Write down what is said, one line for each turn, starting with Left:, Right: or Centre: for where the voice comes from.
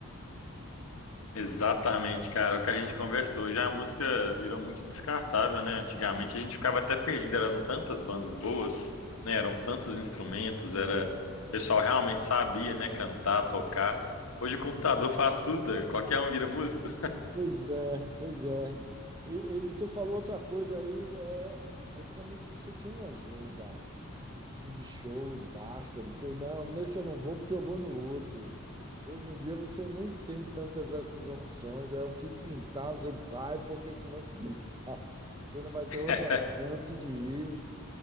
Left: Exatamente, cara. É O que a gente conversou. Hoje a música virou muito descartável, né? Antigamente a gente ficava até perdido, eram tantas bandas boas, né? Eram tantos instrumentos, era... O pessoal realmente sabia, né? Cantar, tocar. Hoje o computador faz tudo, é. qualquer um vira músico.
Right: Pois é, pois é. E, e você falou outra coisa aí, é, antigamente você tinha uma agenda. assim, de shows vasta. Você, não, nesse eu não vou porque eu vou no outro. Hoje em dia você nem tem tantas essas opções, é o que pintar, você vai, porque senão você não <laughs> vai. Você não vai ter
Left: <laughs>
Right: outra chance de ir,